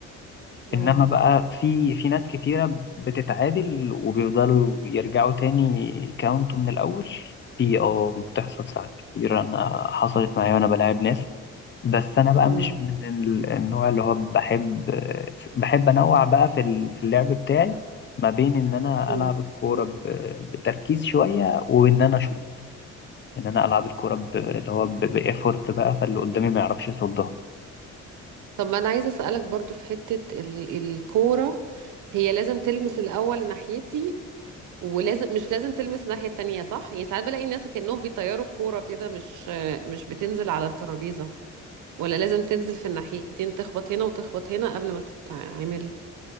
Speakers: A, on the right (about 80°); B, on the left (about 40°).
A: اه
B: انما بقى في في ناس كتيرة بتتعادل وبيفضلوا يرجعوا تاني كاونت من الاول في اه بتحصل ساعات كتير انا حصلت معايا وانا بلاعب ناس بس انا بقى
A: امم
B: مش من ال- النوع اللي هو بحب بحب انوع بقى في ال- في اللعب بتاعي ما بين ان انا
A: امم
B: العب الكورة ب- بتركيز شوية وان انا اشوط ان انا العب الكورة ب- اللي هو بايفورت بقى فاللي قدامي ما يعرفش يصدها
A: طب ما انا عايزه اسالك برضو في حته ال- الكوره هي لازم تلمس الاول ناحيتي ولازم مش لازم تلمس الناحيه التانية صح يعني ساعات بلاقي الناس كانهم بيطيروا الكوره كده مش مش بتنزل على الترابيزه ولا لازم تنزل في الناحيتين تخبط هنا وتخبط هنا قبل ما تتعمل